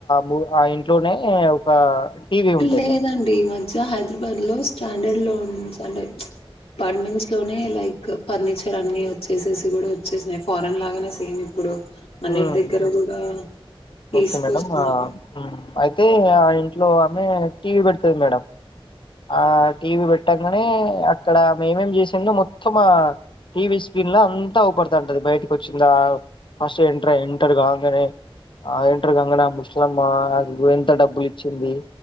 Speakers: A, on the left; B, on the left.
A: మూ ఆ ఇంట్లోనే ఒక టీవీ ఉంటది
B: లేదండి ఈ మధ్య హైదరాబాద్ లో స్టాండర్డ్ లోన్స్ అంటే పార్ట్మెంట్స్ లోనే లైక్ ఫర్నిచర్ అన్ని వచ్చేసేసి గూడ వచ్చేసినాయి, ఫారెన్ లాగనే సేమ్ ఇప్పుడు. అన్నిటి
A: ఉమ్
B: దగ్గర కూడా తీసుకొస్తున్నారు
A: ఓకే మేడమ్ ఆ ఉమ్ అయితే ఆ ఇంట్లో ఆమె టీ వీ పెడతది మేడం ఆ టీ వీ పెట్టంగానే అక్కడామేమేం చేసిందో మొత్తం టీ వీ స్క్రీన్ ల అంతా అవుపడుతాంటది బయటికొచ్చిందా ఫస్ట్ ఎంటర్ ఎంటర్ కాగానే ఆ ఏంటర్ కాంగనే ఆ ముస్లమ్మ ఆమెకు ఎంత డబ్బులిచ్చింది